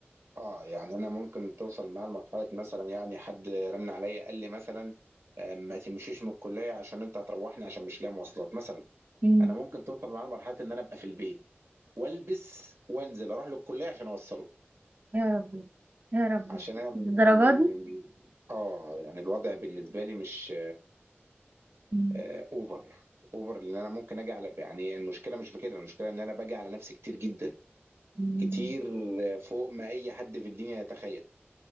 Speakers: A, on the right; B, on the right.
A: اه يعني انا ممكن توصل معايا لمرحله مثلا يعني حد رن عليا قال لي مثلا آه، ما تمشيش من الكليه عشان انت هتروحني عشان مش لاقي مواصلات مثلا
B: مم.
A: انا ممكن توصل معايا لمرحله ان انا ابقى في البيت والبس وانزل اروح للكليه عشان اوصله
B: يا ربي يا ربي
A: عشان انا م...
B: للدرجه
A: م-
B: دي
A: م- اه يعني الوضع بالنسبه لي مش
B: مم.
A: آه، اوفر اوفر ان انا ممكن اجي على يعني المشكله مش في كده المشكله ان انا باجي على نفسي كتير جدا
B: مم.
A: كتير آه، فوق ما اي حد في الدنيا يتخيل